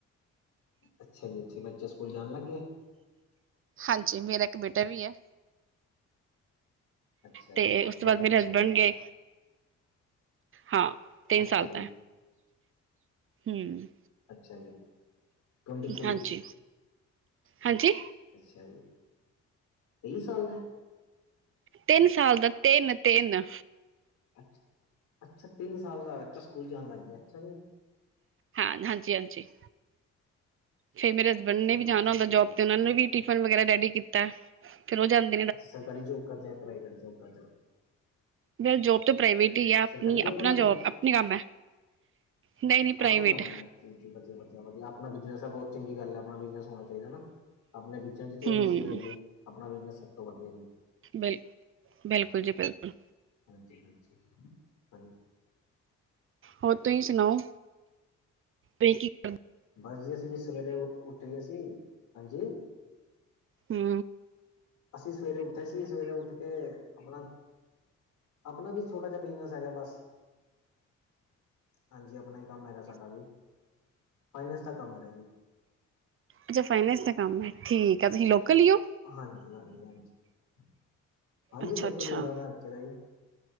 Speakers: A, on the left; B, on the right.
A: ਅੱਛਾ ਜੀ ਅੱਛਾ ਬੱਚੇ ਸਕੂਲ ਜਾਣ ਲੱਗ ਗੇ।
B: ਹਾਂਜੀ ਮੇਰਾ ਇੱਕ ਬੇਟਾ ਵੀ ਐ।
A: ਅੱਛਾ ਜੀ
B: ਤੇ ਉਸ ਤੋਂ
A: ਵੱਡਾ
B: ਬਾਅਦ ਮੇਰੇ
A: ਮਤਲਬ
B: ਹਸਬੈਂਡ
A: ਬੇਟਾ
B: ਗਏ। ਹਾ ਤਿੰਨ
A: ਅੱਛਾ
B: ਸਾਲ
A: ਜੀ
B: ਦਾ। ਹੂੰ
A: ਅੱਛਾ ਜੀ ਟਵੰਟੀ ਥ੍ਰੀ
B: ਹਾਂਜੀ ਹਾਂਜੀ
A: ਅੱਛਾ ਜੀ <inaudible> ਤੇਈ ਸਾਲ ਦਾ।
B: ਤਿੰਨ ਸਾਲ ਦਾ ਤਿੰਨ-ਤਿੰਨ।
A: ਅੱ ਅੱਛਾ ਤਿੰਨ ਸਾਲ ਦਾ ਅੱਛਾ ਸਕੂਲ ਜਾਣ ਲੱਗ ਗਿਆ ਅੱਛਾ ਜੀ।
B: ਹਾਂ ਹਾਂਜੀ ਹਾਂਜੀ ਫੇਰ ਮੇਰੇ ਹਸਬੈਂਡ ਨੇ
A: ਚਲੋ
B: ਵੀ ਜਾਣਾ
A: ਅੱਛੀ
B: ਹੁੰਦਾ
A: ਗੱਲ
B: ਜੋਬ
A: ਹੈ ਜੀ
B: ਤੇ ਉਹਨਾਂ ਨੇ ਵੀ ਟਿਫਨ ਵਗੈਰਾ ਰੈਡੀ ਕੀਤਾ। ਫੇਰ ਉਹ ਜਾਂਦਾ
A: ਅੱਛਾ ਸਰਕਾਰੀ ਜੋਬ ਕਰਦੇ ਪ੍ਰਾਈਵੇਟ ਜੋਬ ਕਰਦੇ ਆ।
B: ਨਹੀ ਜੋਬ ਤੇ ਪ੍ਰਾਈਵੇਟ ਹੀ ਆ, ਆਪਣੀ
A: ਸਰਕਾਰੀ
B: ਆਪਣਾ
A: ਉਹਨਾਂ
B: ਜੋਬ
A: ਦੀ
B: ਆਪਣੇ ਈ ਕੰਮ ਐ। ਨਹੀਂ-ਨਹੀਂ ਪ੍ਰਾਈਵੇਟ
A: ਆਪਣੇ ਕੰਮ ਹੈ ਜੀ ਵਧੀਆ-ਵਧੀਆ ਆਪਣਾ ਬਿਜਨਸ ਐ ਬਹੁਤ ਚੰਗੀ ਗੱਲ ਐ। ਆਪਣਾ ਬਿਜਨਸ ਹੋਣਾ ਚਾਹੀਦਾ ਨਾ। ਆਪਣੇ ਬਿਜਨਸ 'ਚ ਕੋਈ
B: ਹਮ
A: ਰੀਸ ਨੀ ਹੈਗੀ। ਆਪਣਾ ਬਿਜਨਸ ਸਭ ਤੋਂ ਵਧੀਆ ਜੀ।
B: ਬਿਲ, ਬਿਲਕੁਲ ਜੀ ਬਿਲਕੁਲ।
A: ਹਾਂਜੀ-ਹਾਂਜੀ-ਹਾਂਜੀ।
B: ਹੋਰ ਤੁਸੀਂ ਸੁਣਾਓ? ਕੀ ਕਰਦਾ
A: ਬਸ ਜੀ ਅਸੀਂ ਵੀ ਸਵੇਰੇ ਉੱਠੀ ਗੇ ਸੀਂ ਹਾਂਜੀ।
B: ਹੂੰ
A: ਅਸੀਂ ਸਵੇਰੇ ਉੱਠੇ ਸੀ। ਸਵੇਰੇ ਉੱਠ ਤੇ ਆਪਣਾ-ਆਪਣਾ ਵੀ ਛੋਟਾ ਜਿਹਾ ਬਿਜਨਸ ਹੈਗਾ ਬਸ ਹਾਂਜੀ, ਆਪਣਾ ਈ ਕੰਮ ਹੈਗਾ ਸਾਡਾ ਵੀ ਫਾਈਨੈਂਸ ਦਾ ਕੰਮ ਹੈਗਾ।
B: ਅੱਛਾ ਫਾਈਨੈਂਸ ਦਾ ਕੰਮ ਐ। ਠੀਕ ਆ ਤੁਸੀਂ ਲੋਕਲ ਈ ਓ?
A: ਹਾਂਜੀ-ਹਾਂਜੀ-ਹਾਂਜੀ-ਹਾਂਜੀ
B: ਅੱਛਾ
A: ਲੋਕਲ
B: ਅੱਛਾ
A: ਈ ਹੈਗਾ ਮੈਂ ਇੱਥੇ ਦਾ ਜੀ।